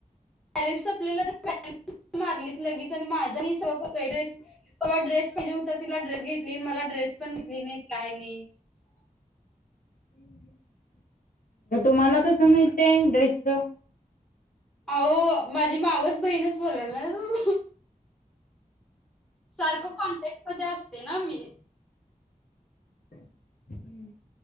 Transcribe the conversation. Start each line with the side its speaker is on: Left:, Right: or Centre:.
Centre: बॅलेन्स संपलेला तर मारलीच लगेच, आन माझा <unintelligible> तवा ड्रेस पाहिजे होता. तर तिला ड्रे स घेतली. मला ड्रेस पण घेतली नाही काय नाही? <inaudible>
Left: <unintelligible> म तुम्हाला कसं माहित ते ड्रेसच?
Centre: आओ माझी मावस बहीणच बोलाल्या न्हव. सारखं कॉन्टॅक्टमध्ये अस ते ना मी.
Left: हम्म.